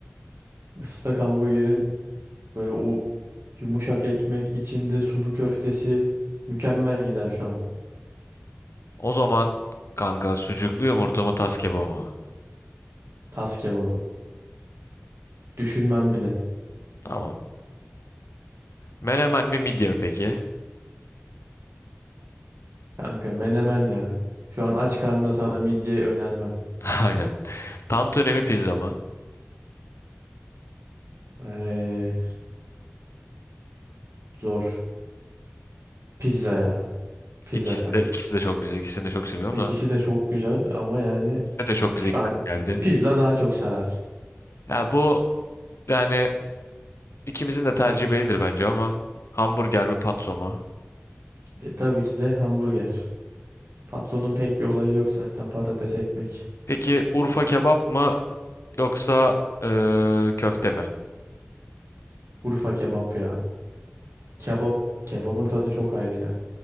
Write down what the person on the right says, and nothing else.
Islak hamburgerin böyle o yumuşak ekmek içinde sulu köftesi mükemmel gider şu an.
Tas kebabı. Düşünmem bile.
Kanka menemen ya. Şu an aç karnına sana midye önermem.
Ee, zor. Pizza ya. Pizza
kanka.
İkisi
de çok güzel ama yani
Şu
an
pizza daha çok sarar.
E, tabii ki de hamburger. Patronun pek bir olayı yok zaten. Patates ekmek.
Urfa kebap ya. Kebap. Kebabın tadı çok ayrı ya.